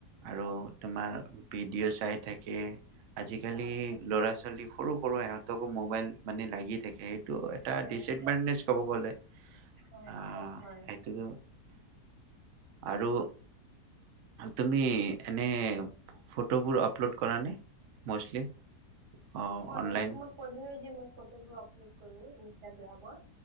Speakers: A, on the right; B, on the right.
A: আৰু
B: অ
A: তোমাৰ ভিডিঅ' চাই থাকে। আজিকালি
B: হয়
A: লৰা ছোৱালী সৰু সৰু সহতকো মবাইল মানে লাগি থাকে সেইটো এটা
B: হয়
A: ডিচএডভান্টৈজ কব গলে।
B: অ
A: আহ
B: হয়।
A: সেইটোতো আৰু তুমি এনে ফটোবোৰ আপলোড কৰা নে মষ্টলি? অ
B: হয়
A: অনলাইন
B: মই তোমাক কল মই ফটোবোৰ আপলোড কৰো ইনষ্টাগ্ৰামত।